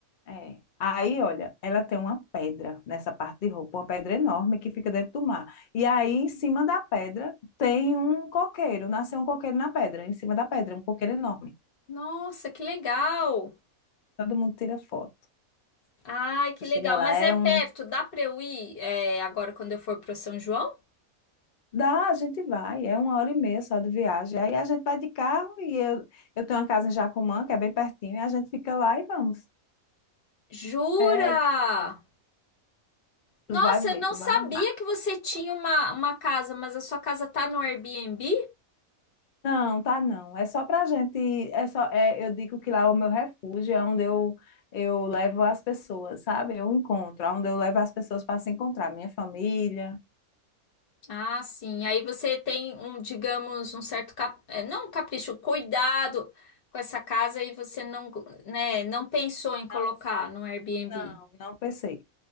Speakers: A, on the left; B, on the left.
A: É. Aí, olha, ela tem uma pedra nessa parte de roupa, uma pedra enorme que fica dentro do mar. E aí, em cima da pedra, tem um coqueiro. Nasceu um coqueiro na pedra, em cima da pedra, um coqueiro enorme.
B: Nossa, que legal!
A: Todo mundo tira foto.
B: Ai, que
A: Chega
B: legal!
A: lá,
B: Mas
A: é
B: é perto,
A: um.
B: dá para eu ir, é, agora quando eu for para São João?
A: Dá, a gente vai, é uma hora e meia só de viagem. Aí a gente vai de carro e eu, eu tenho uma casa em Jacumã, que é bem pertinho, e a gente fica lá e vamos.
B: Jura?
A: É,
B: Nossa,
A: tu vai ver,
B: eu não
A: tu
B: sabia
A: vai amar.
B: que você tinha uma, uma casa, mas a sua casa tá no Airbnb?
A: Não, tá não. É só pra gente, é só, é, eu digo que lá é o meu refúgio, é onde eu, eu levo as pessoas, sabe? Eu encontro, é onde eu levo as pessoas para se encontrar, minha família.
B: Ah, sim. Aí você tem um, digamos, um certo cap... é, não um capricho, cuidado com essa casa e você não, né, não pensou em colocar
A: Não,
B: no Airbnb.
A: não, não pensei,